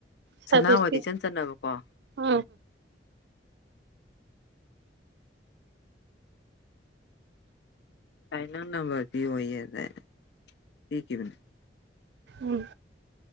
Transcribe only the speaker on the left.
ꯁꯅꯥꯍꯣꯏꯗꯤ ꯏꯆꯟ ꯆꯟꯅꯕꯀꯣ
ꯐꯥꯏꯜ ꯅꯝꯕꯔ ꯄꯤ ꯑꯣꯏꯅ ꯄ ꯀꯅꯦ